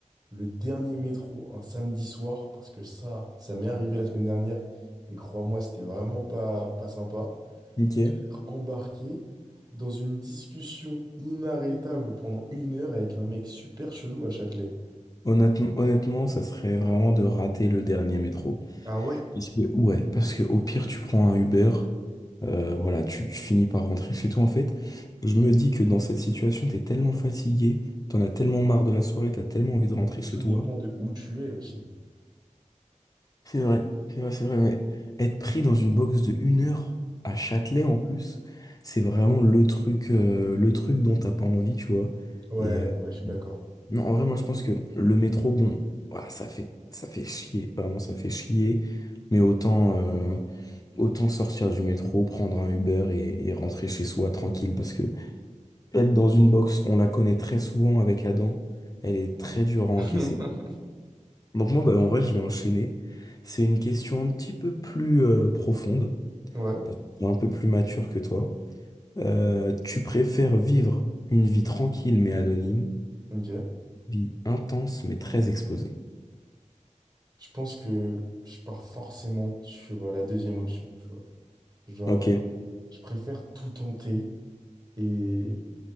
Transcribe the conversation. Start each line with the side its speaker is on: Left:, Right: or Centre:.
Right: le dernier métro un samedi soir parce que ça, ça m'est arrivé la semaine dernière et crois-moi, c'était vraiment pas, pas sympa.
Left: Ok.
Right: embarqué dans une discussion inarrêtable pendant une heure avec un mec super chelou à Châtelet.
Left: Honnêtement, honnêtement, ça serait vraiment de rater le dernier métro.
Right: Ah ouais?
Left: Parce que, ouais, parce que au pire, tu prends un Uber, euh, voilà, tu, tu finis par rentrer chez toi, en fait. Je me dis que dans cette situation, t'es tellement fatigué, t'en as tellement marre de la soirée, t'as tellement envie de rentrer
Right: Et
Left: chez
Right: tout
Left: toi.
Right: dépend de où tu es aussi.
Left: C'est vrai, c'est vrai, c'est vrai, mais être pris dans une box de une heure à Châtelet, en plus, c'est vraiment le truc, euh, le truc dont t'as pas envie, tu vois.
Right: Ouais,
Left: et
Right: ouais, je suis d'accord.
Left: Non, en vrai, moi, je pense que le métro, bon, voilà, ça fait, ça fait chier, vraiment, ça fait chier. Mais autant, euh, autant sortir du métro, prendre un Uber et, et rentrer chez soi tranquille. Parce que être dans une box, on la connaît très souvent avec Adam, elle est très dure à encaisser.
Right: <laughs>
Left: Donc moi, bah, en vrai, je vais enchaîner. C'est une question un petit peu plus euh, profonde,
Right: Ouais,
Left: parce que je suis un peu plus mature que toi. Euh, tu préfères vivre une vie tranquille mais anonyme,
Right: ok.
Left: vie intense mais très exposée?
Right: Je pense que je pars forcément sur euh, la deuxième option, tu vois. Genre,
Left: Ok,
Right: je préfère tout tenter et,